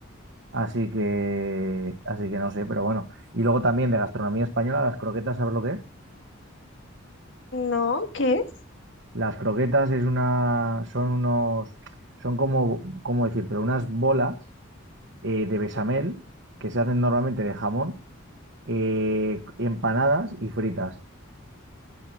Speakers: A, on the right; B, on the left.
A: Así que, así que no sé, pero bueno. Y luego también de gastronomía española, las croquetas, ¿sabes lo que es?
B: No, ¿qué es?
A: Las croquetas es una, son unos, son como, ¿cómo decir? Pero unas bolas eh, de bechamel que se hacen normalmente de jamón, eh, empanadas y fritas.